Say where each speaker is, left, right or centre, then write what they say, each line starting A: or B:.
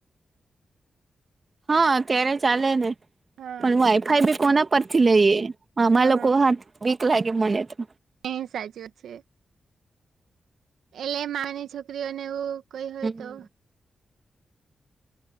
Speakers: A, on the right (about 45°); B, on the right (about 80°).
A: હા ત્યારે ચાલે ને
B: હા
A: પણ વાઈફાઈ કોના પરથી મામા
B: હા.
A: લોકો હાથ બીક લાગે મને તો
B: એ સાચવુ છે એટલે મામા ની છોકરીઓને એવું કઈ હોય
A: હમ
B: તો